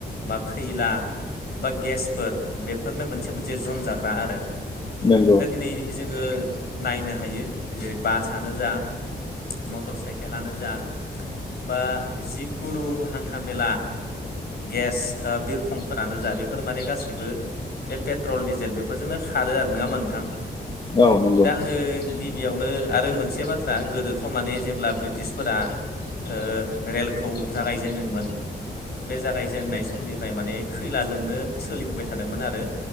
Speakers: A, on the left; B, on the left.
A: बा खैला बा गेसफोर बेफोरनो मोनसे मोनसे जन जाग्रा आरो
B: नंगौ
A: दा दिनै जोङो नायनो हायो जेरै बासानो जा मटर साइकेलानो जा बा जिखुनु हान्था मेला गेस बिरखंफोरानो जा बेफोर माने गासैबो बे पेट्रल डिजेल बेफोरजोंनो खारो आरो नोङा होनबा नोंथां?
B: औ नंगौ
A: दा आङो गिबियावनो आरो मोनसे बाथ्रा गोदोथ' माने जेब्ला ब्रिटिसफोरा ओ रेलखौ जागायजेनदोंमोन। बे जागायजेननाय समनिफ्राय माने खैलाजोंनो सोलिबोबाय थादोंमोन आरो।